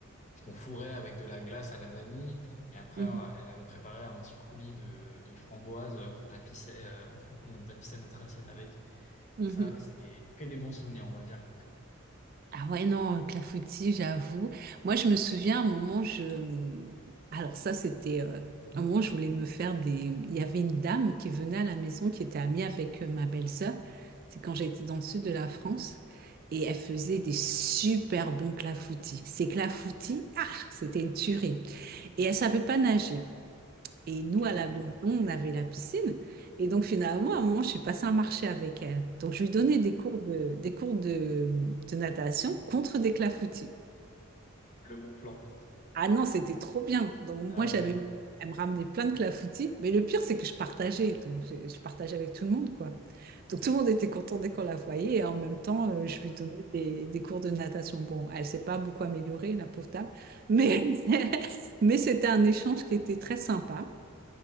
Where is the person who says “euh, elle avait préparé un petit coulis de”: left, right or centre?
Left